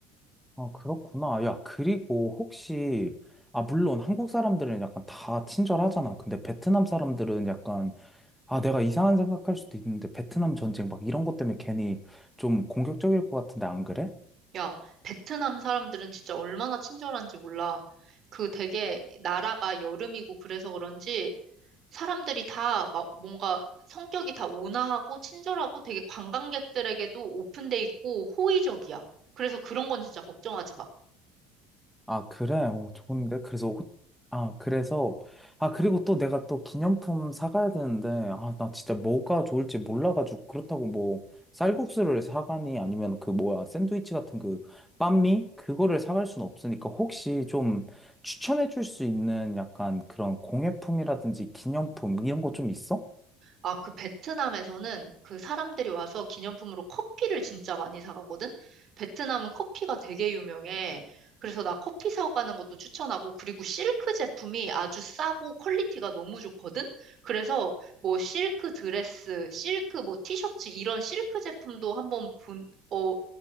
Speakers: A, in the centre; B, on the right.
A: 아, 그렇구나. 야, 그리고 혹시 아, 물론 한국 사람들은 약간 다 친절하잖아. 근데 베트남 사람들은 약간 아, 내가 이상한 생각할 수도 있는데, 베트남 전쟁 막 이런 것 때문에 괜히 좀 공격적일 것 같은데, 안 그래?
B: 야, 베트남 사람들은 진짜 얼마나 친절한지 몰라. 그 되게 나라가 여름이고 그래서 그런지 사람들이 다 막 뭔가 성격이 다 온화하고 친절하고 되게 관광객들에게도 오픈돼 있고 호의적이야. 그래서 그런 건 진짜 걱정하지 마.
A: 아, 그래? 어, 좋은데? 그래서, 옷- 아, 그래서, 아, 그리고 또 내가 또 기념품 사가야 되는데, 아, 나 진짜 뭐가 좋을지 몰라가지고, 그렇다고 뭐, 쌀국수를 사가니, 아니면 그 뭐야, 샌드위치 같은 그, 빤미? 그거를 사갈 순 없으니까, 혹시 좀 추천해 줄 수 있는 약간 그런 공예품이라든지 기념품, 이런 거 좀 있어?
B: 아, 그 베트남에서는 그 사람들이 와서 기념품으로 커피를 진짜 많이 사가거든? 베트남은 커피가 되게 유명해. 그래서 나 커피 사가는 것도 추천하고, 그리고 실크 제품이 아주 싸고 퀄리티가 너무 좋거든? 그래서 뭐 실크 드레스, 실크 뭐 티셔츠 이런 실크 제품도 한번 본, 어,